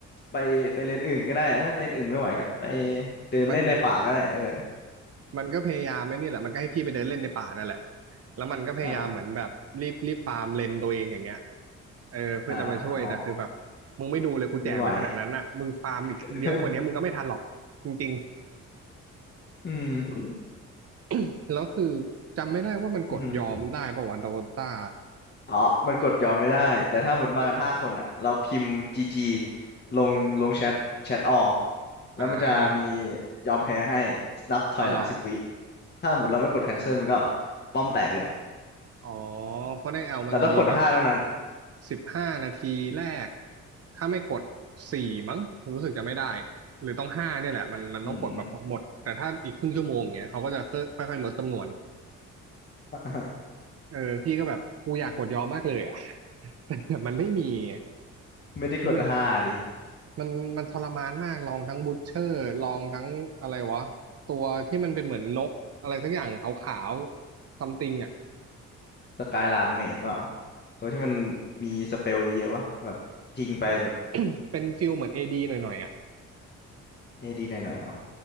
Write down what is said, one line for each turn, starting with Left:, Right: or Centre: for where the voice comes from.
Left: ไปไปเลนอื่นก็ได้นะถ้าเลนอื่นไม่ไหวก็ไปเดินเล่นในป่าก็ได้เออ
Right: มันมันก็พยายามไอ้นี่แหละมันก็ให้พี่ไปเดินเล่นในป่านั่นแหละแล้วมันก็พยายามเหมือนแบบรีบรีบฟาร์มเลนตัวเองอย่างเงี้ย
Left: อ่า
Right: เออเพื่อจะมาช่วยแต่คือแบบมึงไม่ดูเลยกูแจกไปขนาดนั้นน่ะมึงฟาร์มอีกเยอะกว่านี้มึงก็ไม่ทันหรอกจริง
Left: อ่าอ๋อไม่ไหว <laughs> อืม
Right: ๆแล้วคือจำไม่ได้ว่ามันกดยอมได้ปะวะโดต้า
Left: อืมออ๋อมันกดยอมไม่ได้แต่ถ้าหมดมากันห้าคนอ่ะเราพิมพ์จีจี
Right: เออ
Left: ลงลงแชทแชทออแล้วมันจะมี
Right: อ่า
Left: ยอมแพ้ให้นับถอยหลังสิบวิ
Right: อ๋อเหรอ
Left: ถ้าหมดเราไม่กด cancel มันก็ป้อมแตกเลย
Right: อ๋อเพราะในแอลมันจะมีแบบ
Left: แต่ต้องกดห้าเท่านั้น
Right: สิบห้านาทีแรกถ้าไม่กดสี่มั้งผมรู้สึกจะไม่ได้หรือต้องห้าเนี่ยแหละมันมันต้องกดแบบหมดแต่ถ้าอีกครึ่งชั่วโมงอย่างเงี้ยเขาก็จะค่อยค่อยๆลดจำนวน
Left: อืม <laughs>
Right: เออพี่ก็แบบกูอยากกดยอมมากเลยอ่ะ <laughs> แต่แบบมันไม่มีอะ
Left: ไม่ได้กดห้าดิ
Right: คือมันมันมันทรมานมาก ลองทั้งบู t เชอร์ลองทั้งอะไรวะตัวที่มันเป็นเหมือนนกอะไรสักอย่างขาวๆซัมติงอ่ะ
Left: สกายลานเมดเปล่าตัวที่มันมีสเปลเยอะๆวะแบบยิงไปแบบ
Right: <coughs> เป็นฟิลเหมือนเอดีหน่อยๆอ่ะ
Left: เอดีหน่อยๆเอา